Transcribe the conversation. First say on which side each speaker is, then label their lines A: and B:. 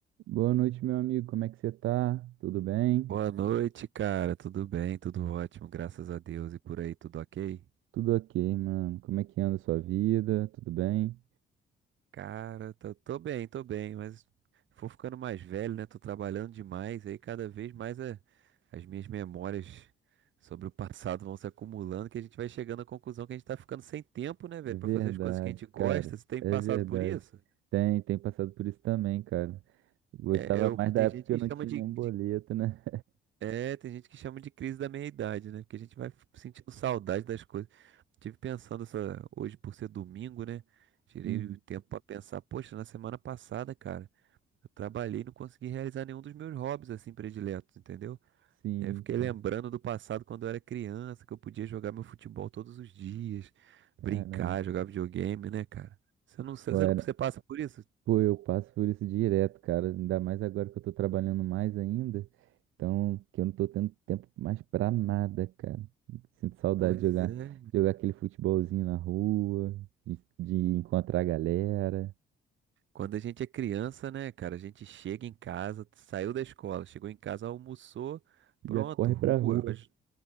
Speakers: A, on the right; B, on the right.
A: Boa noite, meu amigo. Como é que você tá? Tudo bem?
B: Boa noite, cara. Tudo bem? Tudo ótimo, graças a Deus. E por aí, tudo ok?
A: Tudo ok, mano. Como é que anda a sua vida? Tudo bem?
B: Cara, tô, tô bem, tô bem, mas vou ficando mais velho, né? Tô trabalhando demais, aí cada vez mais é- as minhas memórias sobre o passado vão se acumulando, que a gente vai chegando à conclusão que a gente tá ficando sem tempo, né,
A: Verdade,
B: velho, pra fazer as coisas que a gente gosta.
A: cara.
B: Você tem
A: É
B: passado
A: verdade.
B: por isso?
A: Tem, tem passado por isso também, cara. Gostava
B: É, é o-
A: mais
B: tem
A: da época
B: gente
A: que
B: que
A: eu não
B: chama
A: tinha
B: de,
A: nenhum
B: de
A: boleto, né?
B: É, tem gente que chama de crise da meia-idade, né? Porque a gente vai f- sentindo saudade das coisas. Tive pensando essa- hoje por ser domingo, né? Tirei
A: Uhum.
B: o tempo pra pensar, poxa, na semana passada, cara, eu trabalhei e não consegui realizar nenhum dos meus hobbies assim prediletos, entendeu?
A: Sim,
B: E aí eu fiquei
A: cara.
B: lembrando do passado quando eu era criança, que eu podia jogar meu futebol todos os dias, brincar,
A: Caramba.
B: jogar videogame, né, cara? Você não, você
A: Pô,
B: não,
A: era-
B: você passa por isso?
A: Pô, eu passo por isso direto, cara. Ainda mais agora que eu tô trabalhando mais ainda. Então, que eu não tô tendo tempo mais pra nada, cara. Sinto saudade
B: Pois
A: de jogar,
B: é.
A: jogar aquele futebolzinho na rua, de, de encontrar a galera.
B: Quando a gente é criança, né, cara, a gente chega em casa, saiu da escola, chegou em casa, almoçou, pronto,
A: Já corre
B: rua,
A: pra rua.
B: vai, j-